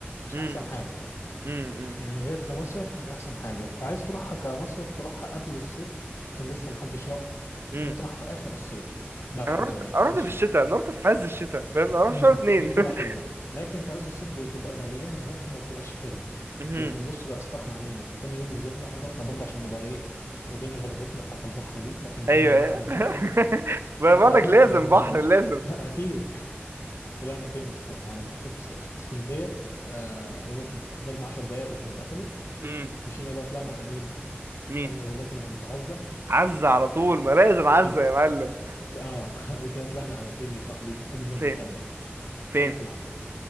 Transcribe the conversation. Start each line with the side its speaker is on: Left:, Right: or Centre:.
Left: مش
Right: امم
Left: احسن حاجه
Right: امم امم.
Left: يعني هي كمصيف مش احسن حاجه فعايز تروحها كمصيف تروحها قبل الصيف يكون لسه محدش راح
Right: امم
Left: يا اما تروحها في اخر الصيف بعد
Right: انا رحت
Left: في
Right: رحت
Left: اول الشتاء
Right: في الشتاء انا رحت في عز الشتاء فاهم انا رحت
Left: امم
Right: شهر اتنين
Left: دي بتبقى
Right: <laughs>
Left: حلوه لكن في عز الصيف بتبقى مليانه زحمه وبتبقاش حلوه
Right: امم
Left: لكن بص بقى يا اسطى احنا عملنا احنا تاني يوم نزلنا رحنا برضه عشان نبقى ايه رضينا غرزتنا بتاعت البحر دي رحنا نزلنا
Right: ايوه
Left: البحر
Right: ايوه
Left: ساعتين
Right: <laughs> ما بقول
Left: طلعنا
Right: لك لازم
Left: غيرنا
Right: بحر
Left: هدومنا
Right: لازم
Left: <laughs> لا اكيد طلعنا فين يا اسطى على مكتبة اسك- اسكندريه آه إيه ده، حضرنا 10 دقايق وكانت قفلت
Right: امم
Left: مشينا بقى طلعنا على مين
Right: مين
Left: كلنا جيلاتي من عند عزه
Right: عزة على طول
Left: لا،
Right: ما لازم عزة
Left: اكيد
Right: يا معلم
Left: اه <laughs> دي كده طلعنا على فين يا صاحبي اجمد
Right: فين
Left: مكان بقى
Right: فين
Left: القلعه